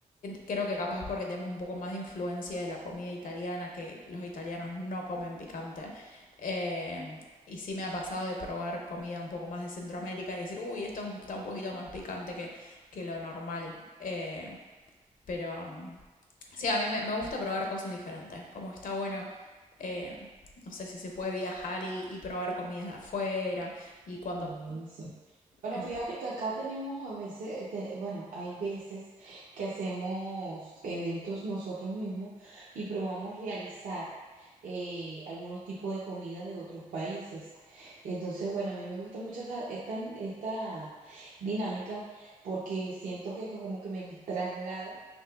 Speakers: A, on the left; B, on the right.
A: creo que capaz porque tenemos un poco más de influencia de la comida italiana, que los italianos no comen picante. Eh, y sí me ha pasado de probar comida un poco más de Centroamérica y decir, uy, esto es un- está un poquito más picante que, que lo normal. Eh, pero mm, sí, a mí me, me gusta probar cosas diferentes. Como que está bueno. eh, no sé si se puede viajar y, y probar comidas de afuera y cuando
B: Sí, sí. Bueno,
A: es
B: fíjate que acá tenemos a veces, este, bueno, hay veces que hacemos eventos nosotros mismos y probamos realizar eh, algunos tipos de comida de otros países. Entonces, bueno, a mí me gusta mucho esta, esta, esta dinámica porque siento que, que como que me traslado.